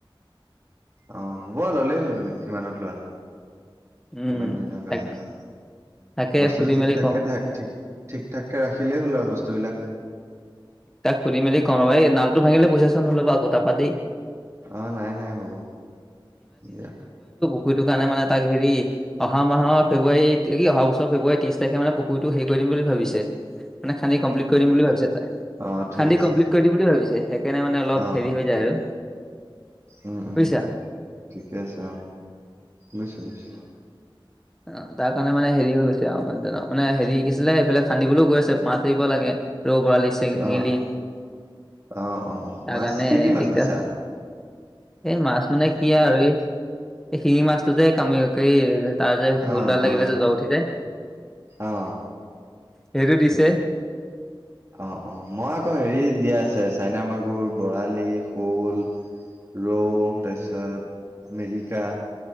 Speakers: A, on the right; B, in the centre.
A: অঁ, হ'ব ললেই হ'ল তুমি কিমানত লোৱা?
B: উম
A: কিমান দিনৰ কাৰণে
B: তাক
A: লোৱা,
B: তাকে
A: বস্তুতটো
B: সুধি
A: ঠিক
B: মেলি
A: ঠাককে
B: কওঁ
A: থাক ঠিক ঠিক ঠাকে ৰাখিলেই হ'ল আৰু বস্তুবিলাক।
B: তাক শুধি মেলি কম ৰবা, এই নালটো ভাঙিলে পইচা ছইচা নলবা আক তাপা দেই।
A: অঁ নাই নাই হ'ব, দিয়া।
B: সেইটো কাৰণে মানে তাক হেৰি অহা মাহৰ ফেব্ৰুৱাৰী কি অহা বছৰ ফেব্ৰুৱাৰী ত্ৰিশ তাৰিখে মানে পুখৰিটো হেৰি কৰিম বুলি ভাবিছে। মানে, খান্দি কমপ্লিট কৰি দিম বুলি ভাবিছে তাই,
A: অ ঠিক
B: খান্দি
A: আছে
B: কমপ্লিট কৰিম বুলি ভাবিছে। সেইকাৰণে মানে অলপ,
A: অ
B: হেৰি হৈ যায় আৰু।
A: উম উম
B: বুজিছা
A: ঠিকে আছে, অঁহ, বুজিছো বুজিছো।
B: অঁ, তাৰ কাৰণে মানে হেৰি হৈ গৈছে আৰু মানে হেৰি, কি আছিলে, এইফালে খান্দিবলৈও গৈ আছে মাছ এৰিব লাগে। ৰৌ, বৰালি, চেঙেলি
A: অ অ অ
B: তাৰ
A: মাছ
B: কাৰণে
A: কি
B: হে
A: কি মাছ
B: দিগদাৰ।
A: দিছা
B: এই মাছ মানে কি আৰু এই, এই শিঙি মাছটো যে কামুৰি হেৰি তাৰ যে, হোলডাল
A: অ
B: লাগিলে
A: অ
B: যে জৰ উঠি যায়,
A: অ
B: সেইটো দিছে।
A: অ, অ মই আকৌ হেৰি দিয়া আছে চাইনা মাগুৰ, বৰালি, শ'ল। ৰৌ তাৰপিছত মেৰিকা।